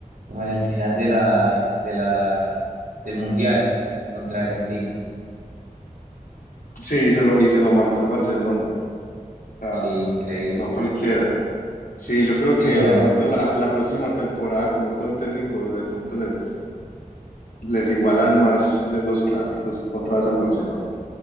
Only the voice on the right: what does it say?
como en el final de la, de la, del Mundial contra Argentina.
Sí, increíble.
Sí,
no,